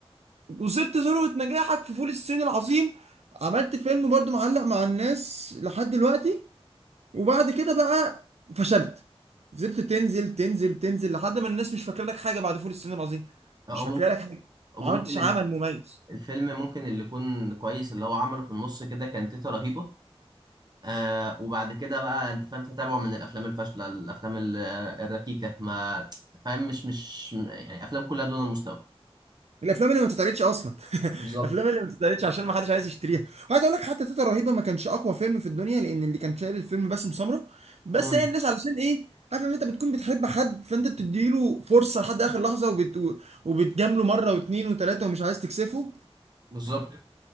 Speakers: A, on the right; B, on the right.
A: وصلت ذروة نجاحك في فول الصين العظيم عملت فيلم برضو معلق مع الناس لحد دلوقتي وبعد كده بقى فشلت فضلت تنزل تنزل تنزل لحد ما الناس مش فاكره لك حاجة بعد فول الصين العظيم
B: أو
A: مش فاكره
B: ممكن
A: لك حاجة
B: وممكن
A: ما عملتش عمل مميز
B: الفيلم ممكن اللي يكون كويس اللي هو عمله في النص كده كان تيتا رهيبة آه وبعد كده بقى انت فاهم تتابعه من الافلام الفاشلة الافلام ال- الركيكة ما فاهم مش مش يعني افلام كلها دون المستوى
A: الافلام اللي ما بتتعرضش اصلا <laughs>
B: بالظبط
A: الافلام اللي ما بتتعرضش عشان ما حدش عايز يشتريها وعايز اقول لك حتى تيتا رهيبه ما كانش اقوى فيلم في الدنيا لان اللي كان شايل الفيلم باسم سمره بس
B: امم
A: هي الناس علشان ايه عارف ان انت بتكون بتحب حد فانت بتديله فرصه لحد اخر لحظه وبت... وبتجامله مره واتنين وتلاته ومش عايز تكسفه
B: بالظبط